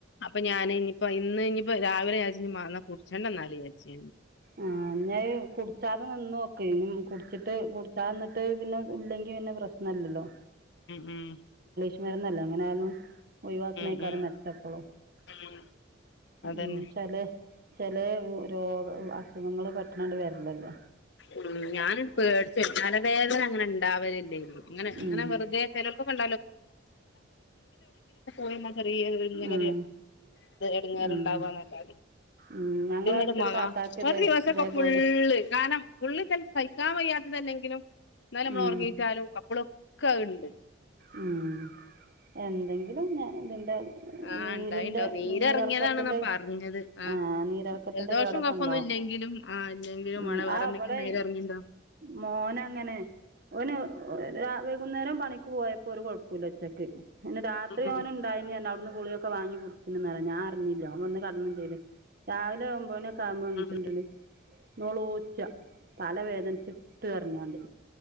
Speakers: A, on the left; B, on the right.
A: അപ്പോ ഞാൻ ഞ്ഞിപ്പായിൻ ഇന്ന് ഞ്ഞിപ്പോ രാവിലെ വിചർച്ച് കുടിച്ചട്ടണ്ട എന്നാൽ വിചർച്ച്.
B: ആ ഞ്ഞി കുടിച്ചാതെ നിന്നൊക്ക് ഇമ് കുടിച്ചിട്ട് കുടിച്ചാതെ നിന്നിട്ട് പിന്നെ ഇല്ലെങ്കിൽ പിന്നെ പ്രശ്നല്ലലോ.
A: ഉം ഉം
B: വരുന്നല്ലോ, എങ്ങനെ ആയാലും ഒഴിവാക്കനെക്കാരം
A: ഉം ഉം
B: മെച്ചം എപ്പളും.
A: ഉം അതന്നെ
B: ഉ ചില ചില രോഗ നിങ്ങൾ പെട്ടന്നാണ്ട് വെർലല്ലേ.
A: ഉ ഞാൻ പേടിച്ച തലവേദന അങ്ങനെ ഉണ്ടാവലില്ലേ, അങ്ങനെ അങ്ങനെ
B: ഉം
A: വെറുതെ ചലം <unintelligible> പോയി <unintelligible> ഇങ്ങനെരു
B: ഉം
A: ഇത് എടങ്ങാറുണ്ടാവാന്നല്ലാതെ.
B: ഉം ഉം ഞങ്ങളടുത്തൊരു
A: ഇത്ടുമാങ്ങ
B: താത്താക്ക് ഇതേ
A: ഒരു ദിവസൊക്കെ
B: ഇതേപോലെ
A: ഫുള്ള് കാനം <unintelligible> സഹിക്കാൻ വയ്യാതെല്ലാകിലും എന്നാലും നമ്മളൾ
B: ഉം
A: ഉറങ്ങിച്ചാലും അപ്പാലൊക്കെ ആഹ്ണ്ട്.
B: ഉം എന്തെങ്കിലും ഞാ ഇതിന്റെ
A: ആഹ്
B: നീരിന്റെ
A: ഇണ്ടായിണ്ടാവും നീരെറങ്ങിയതാണെന്നാ
B: നീരർക്കത്തിന്റെ
A: പറഞ്ഞത് ആഹ്
B: ആ നീരർക്കത്തിന്റെ
A: ജലദോഷം
B: കേടൊക്കെ
A: കഫൊന്നും
B: ഉണ്ടാവും.
A: ഇല്ലെങ്കിലും ആഹ് ഇല്ലെങ്കിലും
B: ഉ
A: വേണേ വേറെ
B: ആ
A: എന്തെങ്കിലും
B: ബടെ
A: നീരെറങ്ങിണ്ടാവും
B: മോൻ അങ്ങനെ ഓൻ ആ വൈകുന്നേരം പണിക്ക് പോയപ്പോ ഒരു കൊയപ്പുല്ല ഉച്ചക്ക്. ഇന്ന് രാത്രി
A: ഉം
B: ഓൻ ഉണ്ടായിനി അവുട്ന്ന്. ഗുളികയൊക്കെ വാങ്ങി കുടിചനാലോ ഞാനറിഞ്ഞില്ല ഓൻ വന്ന് കടന്നു ചെയ്ത് രാവിലെ ഒൻമ്പത് മണിഒക്കെ <unintelligible>
A: ഉം
B: നോളോച്ച തല വേദനിച്ചിട്ട് കരഞ്ഞാണ്ട്